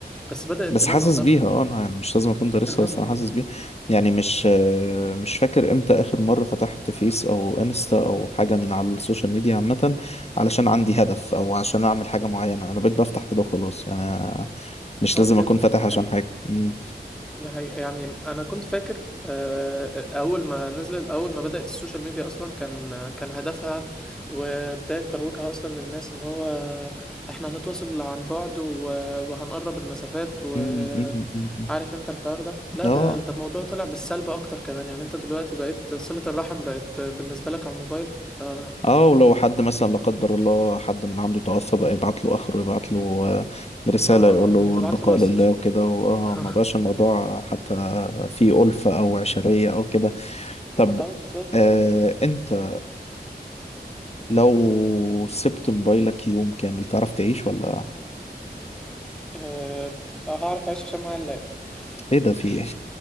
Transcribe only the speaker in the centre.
بس بدأت
تبان
اثارها
<laughs> اه
آه،
آه،
بجد
ده
حقيقي
دي حقيقة يعني أنا كنت فاكر آه، أول ما نزل أول ما بدأت السوشيال ميديا أصلا كان كان هدفها وبداية ترويجها أصلا للناس إن هو إحنا هنتواصل عن بعد و- وهنقرب المسافات وعارف
أنت الحوار ده لا
ده ده موضوع طلع بالسلب أكتر كمان يعني أنت دلوقتي بقيت صلة الرحم بقت بالنسبة لك على الموبايل ف- آه
آه
هتبعت
له مسج
<laughs>
اه بالظبط
أه هعرف أعيش عشان معايا اللاب <laughs>